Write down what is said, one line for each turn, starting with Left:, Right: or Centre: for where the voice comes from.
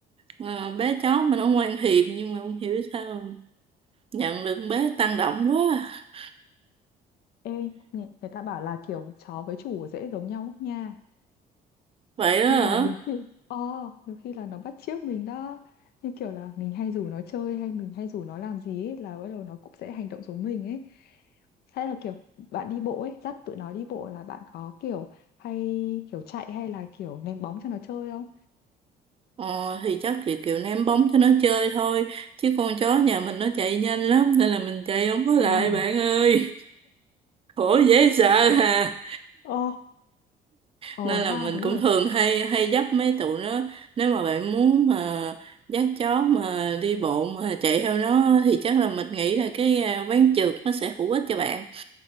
Right: ờ, bé chó mà nó ngoan hiền nhưng mà không hiểu sao nhận được bé tăng động quá à.
Left: Ê, người, người ta bảo là kiểu chó với chủ dễ giống nhau lắm nha.
Right: vậy đó
Left: Nên
Right: hả
Left: là nhiều khi, <laughs> ờ, nhiều khi là nó bắt chước mình đó. Như kiểu là mình hay rủ nó chơi hay mình hay rủ nó làm gì ấy, là bắt đầu nó cũng sẽ hành động giống mình ấy. Hay là kiểu bạn đi bộ ấy, dắt tụi nó đi bộ là bạn có kiểu hay kiểu chạy hay là kiểu ném bóng cho nó chơi không?
Right: ờ, thì chắc kiểu kiểu ném bóng cho nó chơi thôi chứ con chó nhà mình nó chạy nhanh lắm nên là mình chạy không có lại
Left: Wow.
Right: bạn ơi khổ dễ sợ hà
Left: Ờ, ờ
Right: nên
Left: ha
Right: là mình
Left: đúng
Right: cũng
Left: rồi.
Right: thường hay hay dắt mấy tụi nó nếu mà bạn muốn mà dắt chó mà đi bộ mà chạy theo nó thì chắc là mình nghĩ là cái à, ván trượt nó sẽ hữu ích cho bạn